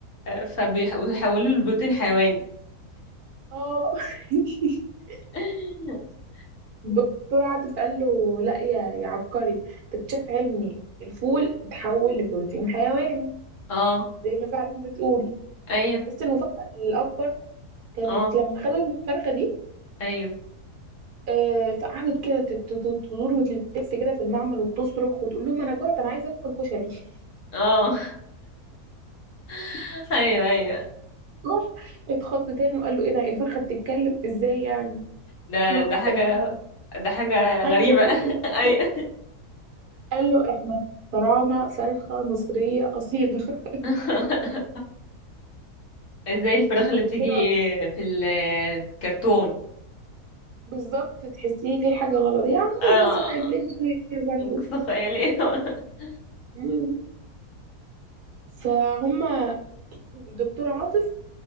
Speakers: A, on the left (about 55°); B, on the right (about 70°).
A: فبيحولوا له بروتين حيواني
B: اه <laughs>
A: <laughs>
B: الدكتور عاطف قال له لا يا يا عبقري تكتشف علمي الفول اتحول لبروتين حيواني
A: اه
B: زي ما فعلا بتقولي
A: ايوه
B: بس المفاجأة الأكبر كانت
A: اه
B: لما خدوا الفرخة دي
A: ايوه
B: آه، فقعدت كده تت- تت- تدور وتلف كده في المعمل وتصرخ وتقول لهم انا جوعت انا عايزه اكل كشري <laughs>
A: اه <laughs> ايوه ايوه
B: راح اتخض تاني وقال له ايه ده الفرخه بتتكلم ازاي يعني
A: ده
B: احنا
A: ده حاجة
B: إخ-
A: ده حاجة
B: حاجه
A: غريبة
B: غريبة جداً.
A: <laughs> ايوه
B: قال له احنا اخترعنا فرخه مصريه اصيله <laughs>
A: <laughs> ازاي الفراخ
B: الدكتوره
A: اللي بتيجي في ال- في الكرتون
B: بالظبط تحسيه في حاجه غلط يا عم
A: اه
B: نكسر خلينا فيه برضه
A: نقص خيالي <laughs>
B: مم. فهم الدكتور عاطف